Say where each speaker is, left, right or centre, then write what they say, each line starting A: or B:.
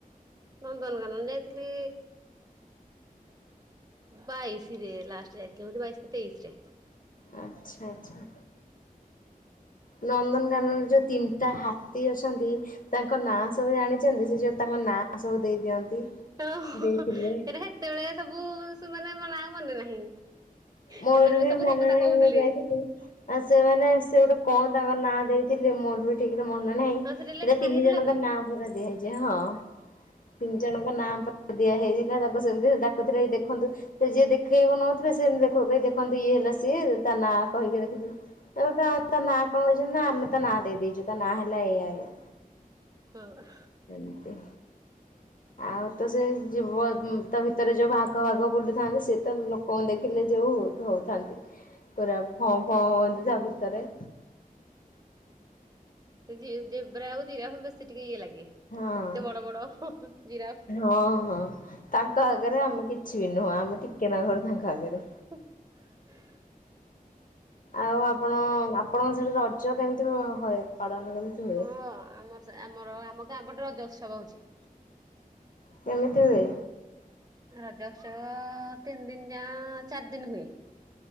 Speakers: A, on the right; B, on the left.
A: ନନ୍ଦନକାନନ ଯାଇଥିଲି ବାଇଶି ରେ ଲାଷ୍ଟ ଯାଇଥିଲି ବୋଧେ ବାଇଶି କି ତେଇଶି ରେ।
B: ଆଚ୍ଛା ଆଚ୍ଛା। ନନ୍ଦନକାନନରେ ଯୋଉ ତିନିଟା ହାତୀ ଅଛନ୍ତି ତାଙ୍କ ନାଁ ସବୁ ଜାଣିଛନ୍ତି ସେ ଯୋଉ ତାଙ୍କ ନାଁ ସବୁ ଦେଇ ଦିଅନ୍ତି।
A: ଓହୋ
B: ଦେଇଥିଲେ
A: ଏରେ ହେତେବେଳେ ସବୁ ମାନେ ମୋର ନାଁ ଆଉ ମନେ ନାହିଁ।
B: ମୋର
A: ସେତେବେଳେ
B: ବି
A: ସବୁ
B: ମନେ
A: ସେଇ କଥା
B: ନାଇ
A: କହୁଥିଲେ
B: ମୁଁ ଯୋଉ ଯାଇଥିଲି। ଆଉ ସେମାନେ ସେ ଗୋଟେ କଣ ତାଙ୍କ ନାଁ ଦେଇଥିଲେ ମୋହିତ୍ ଠିକରେ ମନେ ନାହିଁ
A: ହଁ ସେଟା ଲେଖା
B: ଯେ ତିନି
A: ହେଇଥିଲା
B: ଜଣଙ୍କ
A: ବି।
B: ନାଁ ପୁରା ଦିଆଯାଇଛି ହଁ ତିନି ଜଣ ଙ୍କ ନାଁ ଦିଆ ହେଇଥିଲା ତାଙ୍କୁ ସେମିତି ସେ ଡାକୁଥିଲେ ଦେଖନ୍ତୁ। ସେ ଯିଏ ଦେଖେଇବାକୁ ନଉଥିଲେ ସେମିତି ଦେଖନ୍ତୁ ଇଏ ହେଲା ସିଏ ତା ନାଁ କହିକି ଦେଖନ୍ତୁ ତା ତା ନାଁ କଣ କରିଛୁ ନା ଆମେ ତ ନାଁ ଦେଇଦେଇଛୁ ତା ନା ହେଲା ଏଇଆ ଏଇଆ।
A: ହୁଁ।
B: ଏମିତି। ଆଉ ତ ସେଇ ଯିବ ତା ଭିତରେ ଯୋଉ ବାଘ ଫାଗ ବୁଲୁଥାନ୍ତି। ସେ ତ ଲୋକଙ୍କୁ ଦେଖିଲେ ଯୋଉ ହଉଥାନ୍ତି। ପୁରା ଫଁ ଫଁ ହୁଅନ୍ତି ତା ଭିତରେ
A: ସେ ଜେବ୍ରା ଆଉ ଜିରାଫ ବେଶୀ ଟିକେ ଇଏ ଲାଗେ।
B: ହଁ
A: ଏତେ ବଡ ବଡ ଜିରାଫ।
B: ହଁ ହଁ ତାଙ୍କ ଆଗରେ ଆମେ କିଛି ବି ନୁହଁ। ଆମେ ଟିକେ ନାକୁରୁ ତାଙ୍କ ଆଗେରେ।
A: <inaudible>
B: ଆଉ ଆପଣ ଆପଣଙ୍କ ସେଠି ରଜ କେମିତି ହୁଏ ପାଳନ କେମିତି? ହୁଏ?
A: ହଁ ଆମର ସେ ଆମର ଆମ ଗାଁ ପଟେ ରଜ ଉତ୍ସବ ହଉଛି।
B: କେମିତି ହୁଏ?
A: ରଜ ଉତ୍ସବ ତିନି ଦିନି ଯା ଚାରି ଦିନି ହୁଏ।